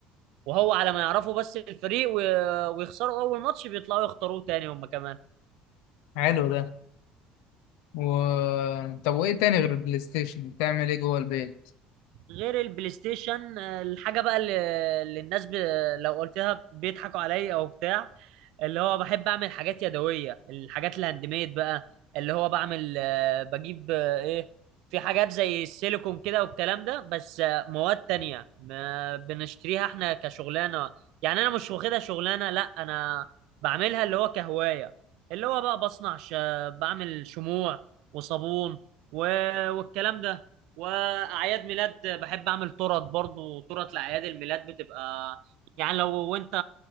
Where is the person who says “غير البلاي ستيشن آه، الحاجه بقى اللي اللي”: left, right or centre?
Right